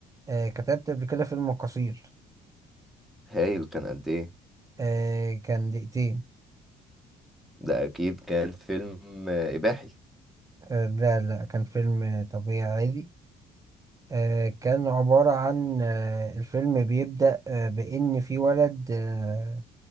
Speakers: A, on the right; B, in the centre.
A: آه كتبت قبل كده فيلم قصير
B: هايل كان قد ايه
A: آه كان دقيقتين
B: ده اكيد كان فيلم آه، اباحي
A: آه لا لا كان فيلم آه، طبيعي عادي آه كان عبارة عن آه الفيلم بيبدأ آه بإن في ولد آه